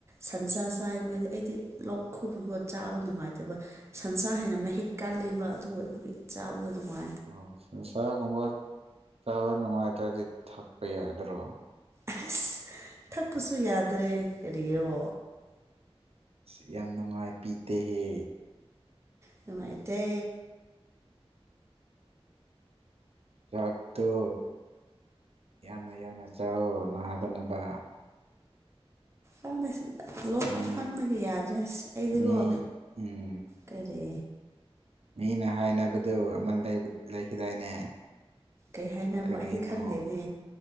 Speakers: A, on the right; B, on the right.
A: ꯁꯟꯁꯥ ꯆꯥꯏ ꯃꯣꯏꯗꯤ ꯑꯩꯗꯤ ꯂꯣꯛ ꯈꯨ ꯑꯩ ꯆꯥꯕ ꯅꯨꯡꯉꯥꯏꯇꯕ ꯁꯟꯁꯥ ꯍꯦꯟꯅ ꯃꯍꯤꯛ ꯀꯥꯜꯂꯤꯕ ꯑꯗꯨꯒ ꯑꯕꯨ ꯆꯥꯕꯗꯨ ꯅꯨꯡꯉꯥꯏ
B: ꯑꯣ ꯁꯟꯁꯥ ꯒꯨꯝꯕ ꯆꯥꯕ ꯅꯨꯡꯉꯥꯏꯇ꯭ꯔꯗꯤ ꯊꯛꯄ ꯌꯥꯗ꯭ꯔꯣ
A: ꯑꯁ ꯊꯛꯄꯁꯨ ꯌꯥꯗ꯭ꯔꯦ ꯀꯔꯤꯔꯣ
B: ꯏꯁ ꯌꯥꯝ ꯅꯨꯡꯉꯥꯏ ꯄꯤꯗꯦꯍꯦ
A: ꯅꯨꯡꯉꯥꯏꯇꯦ
B: ꯆꯥꯛꯇꯨ ꯌꯥꯝꯅ ꯌꯥꯝꯅ ꯆꯥꯎ ꯅꯥꯗꯅꯕ
A: <unintelligible> ꯂꯣꯛ
B: ꯃꯤ
A: ꯈꯨꯃꯟꯕꯒꯤ ꯌꯥꯗ꯭ꯔꯦꯁ ꯑꯩꯗꯤꯒꯣ
B: ꯃꯤ ꯎꯝ
A: ꯀꯔꯤ
B: ꯃꯤꯅ ꯍꯥꯏꯅꯕꯗꯨ ꯑꯃ ꯂꯩꯕ ꯂꯩꯈꯤꯗꯥꯏꯅꯦ
A: ꯀꯩ ꯍꯥꯏꯅꯕ
B: ꯀꯔꯤꯅꯣ
A: ꯑꯩꯗꯤ ꯈꯪꯗꯦꯅꯦ